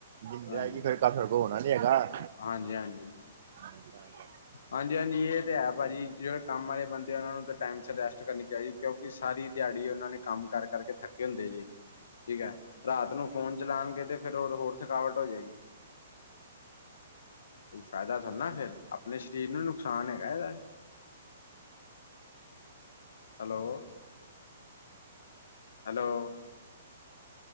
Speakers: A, on the right; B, on the left.
A: ਨ੍ਹੀਂਦਰ
B: ਹਾਂਜੀ,
A: ਆਇਗੀ ਫਿਰ ਕੰਮ ਫਿਰ ਕੋ ਹੋਣਾ ਨੀ ਹੈਗਾ।
B: ਹਾਂਜੀ-ਹਾਂਜੀ।
A: <unintelligible>
B: ਹਾਂਜੀ, ਹਾਂਜੀ, ਇਹ ਤੇ ਹੈ ਭਾਜੀ। ਜਿਹੜੇ ਕੰਮ ਵਾਲੇ ਬੰਦੇ ਆ ਉਹਨਾ ਨੂੰ ਤਾਂ ਟਾਈਮ ਸੀਰ ਰੈਸਟ ਕਰਨੀ ਚਾਈ ਕਿਉਂਕਿ, ਸਾਰੀ ਦਿਹਾੜੀ ਉਹਨਾਂ ਨੇ ਕੰਮ ਕਰ-ਕਰਕੇ ਥੱਕੇ ਹੁੰਦੇ ਜੇ। ਠੀਕ ਹੈ, ਰਾਤ ਨੂੰ ਫੋਨ ਚਲਾਣਗੇ ਤੇ ਫਿਰ ਹੋਰ, ਹੋਰ ਥਕਾਵਟ ਹੋਜੇਗੀ। ਕੋਈ ਫਾਇਦਾ ਥੋੜੀ ਨਾ ਫਿਰ, ਆਪਣੇ ਸਰੀਰ ਨੂੰ ਹੀ ਨੁਕਸਾਨ ਹੈਗਾ, ਇਹਦਾ। Hello! Hello.